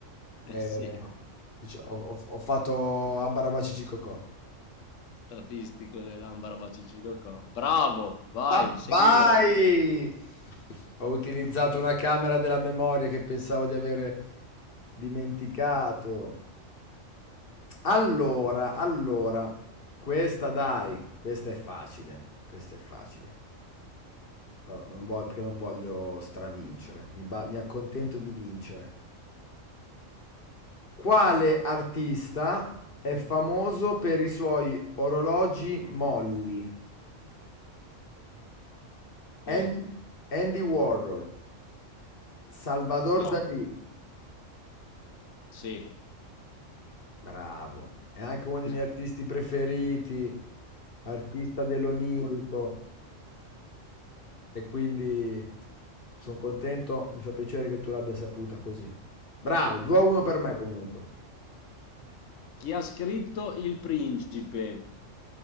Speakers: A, on the left; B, on the left.
A: eh,
B: Eh sì,
A: dic- ho, ho- ho fatto Ambarabaci Cicocò.
B: statistico dell'Ambra Bacicicocò. Bravo, vai,
A: Ah,
B: seguire.
A: vai! Ho utilizzato una camera della memoria che pensavo di avere dimenticato. Allora, allora, questa dai, questa è facile, questa è facile. Però non voglio, perché non voglio stravincere, mi, ba- mi accontento di vincere. Quale artista è famoso per i suoi orologi molli?
B: Sì,
A: An- Andy Warhol, Salvador
B: no,
A: Dalì,
B: sì.
A: bravo, è anche uno dei
B: <laughs>
A: miei artisti preferiti, artista dell'onirico e quindi sono contento, mi fa piacere che tu l'abbia saputa così. Bravo, 2-1 per me comunque.
B: Chi ha scritto Il Principe?